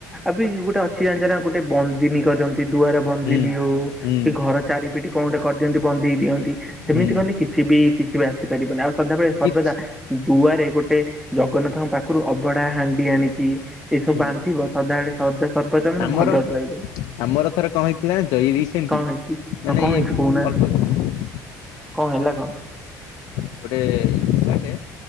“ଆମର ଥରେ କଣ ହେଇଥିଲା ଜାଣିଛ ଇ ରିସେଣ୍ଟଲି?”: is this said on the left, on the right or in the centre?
Left